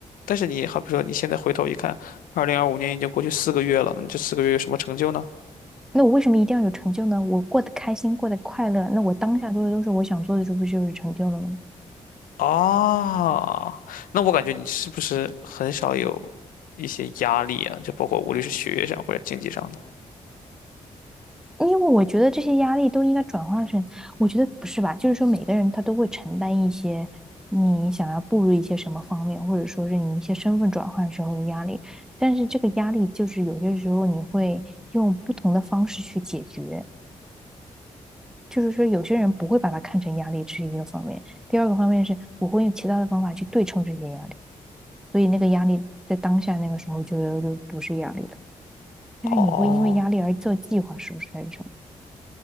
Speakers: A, on the left; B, in the centre.
A: 但是你好比说你现在回头一看，二零二五年已经过去四个月了，那你这四个月有什么成就呢？
B: 那我为什么一定要有成就呢？我过得开心，过得快乐，那我当下做的都是我想做的，这不就是成就了吗？
A: 啊，那我感觉你是不是很少有一些压力啊？就包括无论是学业上或者经济上的。
B: 因为我觉得这些压力都应该转化成，我觉得不是吧？就是说每个人他都会承担一些你想要步入一些什么方面，或者说是你一些身份转换时候的压力。但是这个压力就是有些时候你会用不同的方式去解决，就是说有些人不会把它看成压力，这是一个方面。第二个方面是我会用其他的方法去对冲这些压力，所以那个压力在当下那个时候就就不是压力了。但是你会因为压力而做计划，
A: 哦，
B: 是不是还是什么？